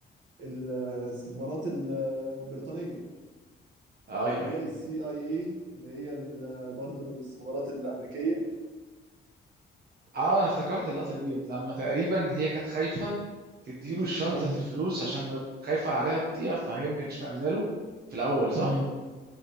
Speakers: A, on the right; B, on the right.
A: الاستخبارات البريطانيه
B: آه،
A: وبيلاقي
B: ايوه ايوه
A: السي اي اي اللي هي ال- برضه الاستخبارات الامريكيه
B: اه انا افتكرت اللقطه ديت لما تقريبا هي كانت خايفه تديله شنطه
A: اه
B: الفلوس عشان ما خايفه عليها تضيع فهي ما كانتش مأمنه له في الاول صح
A: مم.